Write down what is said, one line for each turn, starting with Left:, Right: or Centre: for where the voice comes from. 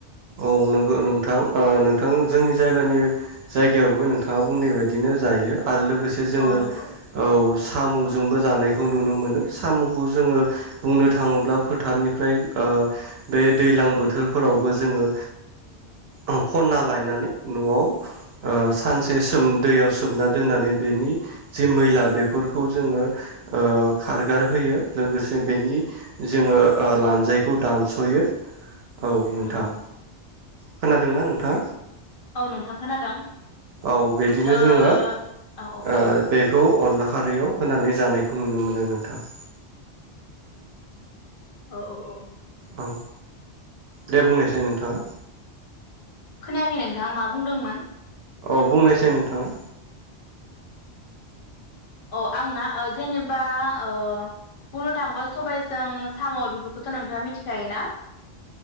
Right: औ नगौ नोंथां ओ नोंथां जोंनि जायगानि जायगायावबो नोंथाङा बुंनाय बायदिनो जायो। आरो लोगोसे जोङो
Left: औ नंगौ
Right: औ साम'जोंबो जानायखौ नुनो मोनो साम'खौ जोङो बुंनो थाङोब्ला फोथारनिफ्राय ओ बे दैज्लां बोथोरफोरावबो जोङो ओ खन्ना लायनानै न'आव ओ सानसे सोम दैयाव सोमना दोननानै बेनि जि मैला बेफोरखौ जोङो ओ खारगारहोयो लोगोसे बेनि जोङो ओ लानजायखौ दानस'यो औ नोंथां
Left: ओ नंगौ
Right: खोनादोंना नोंथाङा?
Left: औ नोंथां खोनादों
Right: औ बिदिनो
Left: ओ
Right: जोङो ओ
Left: औ औ नंगौ
Right: बेखौ अनला खारैयाव होनानै जानायखौ नुनो मोनो नोंथां
Left: औ औ औ
Right: औ दे बुंनायसाय नोंथाङा
Left: खोनायाखै नोंथाङा मा बुंदोंमोन
Right: अ बुंनायसाय नोंथाङा
Left: अ आंना ओ जेनेबा ओ बुंनो थाङोबा सबायजों साम' बेफोरखौथ' नोंथाङा मिथिखायो ना